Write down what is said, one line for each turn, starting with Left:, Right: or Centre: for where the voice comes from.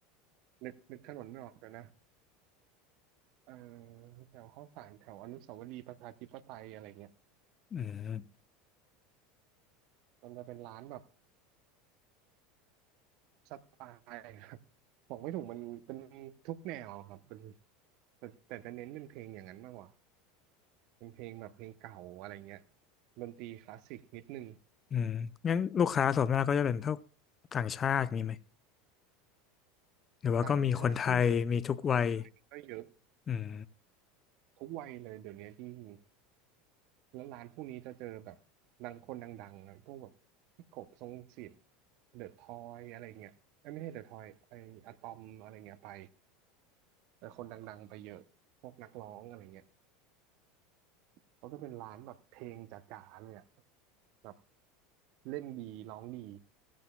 Right: นึกนึกถนนไม่ออกเลยวนะเออแถวข้าวสารแถวอนุสาวรีย์ประชาธิปไตยอะไรเงี้ย
Left: อืม
Right: มันจะเป็นร้านแบบสไตล์ครับบอกไม่ถูกมันเป็นทุกแนวครับเป็นแต่แต่จะเน้นเป็นเพลงอย่างนั้นมากกว่าเป็นเพลงแบบเพลงเก่าอะไรเงี้ยดนตรีคลาสสิกนิดนึง
Left: อืมงั้นลูกค้าส่วนมากก็จะเป็นพวกต่างชาติมีไหมหรือว่าก็มีคนไทยมีทุกวัย
Right: ต่างชาติก็เยอะคนไทยก็เยอะ
Left: อืม
Right: ทุกวัยเลยเดี๋ยวนี้จริงๆ แล้วร้านพวกนี้จะเจอแบบดังคนดังๆนะพวกแบบพี่กบทรงศิษย์เดอะทอยอะไรเงี้ยเอ้ยไม่ใช่เดอะทอยไออะตอมอะไรเงี้ยไปแต่คนดังๆ ไปเยอะพวกนักร้องอะไรเงี้ยเขาจะเป็นร้านแบบเพลงจ๋าๆเลยอะแบบเล่นดีร้องดี